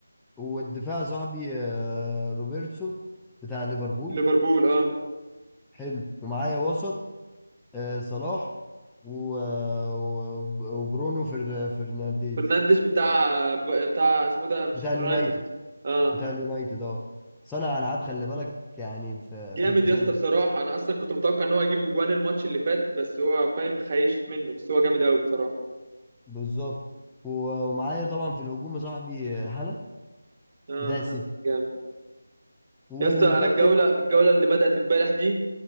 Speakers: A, in the centre; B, on the right.
A: والدفاع صاحبي آه روبرتسون بتاع ليفربول
B: ليفربول اه
A: حلو ومعايا وسط آه صلاح و- آه، و- وبرونو فر- فرنانديز
B: فرنانديش بتاع بتاع اسمه ده مانشستر
A: بتاع اليونايتد
B: يونايتد اه
A: بتاع اليونايتد اه صانع العاب خلي بالك يعني في
B: جامد
A: في حتة
B: يا
A: تانية
B: اسطى بصراحة أنا أصلا كنت متوقع إن هو يجيب أجوان الماتش اللي فات بس هو فاهم خيشت منه بس هو جامد أوي بصراحة
A: بالظبط و- ومعايا طبعا في الهجوم يا صاحبي هالاند
B: اه
A: بتاع السيتي
B: جامد
A: وكابتن
B: يا اسطى أنا الجولة الجولة اللي بدأت امبارح دي